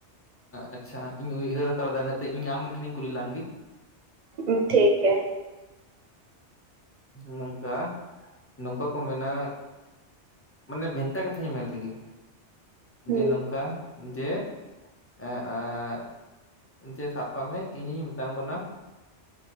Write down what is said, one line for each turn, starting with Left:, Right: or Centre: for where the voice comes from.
Left: ᱟᱪᱪᱷᱟ ᱤᱧ ᱩᱭᱦᱟᱹᱨ ᱦᱟᱛᱟᱲ ᱮᱟ ᱤᱱᱟᱹᱜ ᱤᱧ ᱟᱢ ᱢᱤᱫᱴᱷᱮᱱᱤᱧ ᱠᱩᱞᱤ ᱞᱮᱢᱜᱮ?
Right: ᱴᱷᱤᱠᱮ ᱾
Left: ᱱᱚᱝᱠᱟ ᱱᱚᱝᱠᱟ, ᱠᱚ ᱢᱮᱱᱟ ᱢᱟᱱᱮ ᱵᱷᱮᱱᱛᱟ ᱠᱟᱛᱷᱟᱧ ᱢᱮᱱ ᱞᱮᱜᱮ
Right: ᱦᱩᱸ
Left: ᱡᱮ ᱱᱚᱝᱠᱟᱼᱼ ᱡᱮ <unintelligible> ᱡᱮ ᱥᱟᱵ ᱠᱟᱜ ᱢᱮ ᱤᱧᱤᱧ ᱢᱮᱛᱟᱟᱢ ᱠᱟᱱᱟ᱾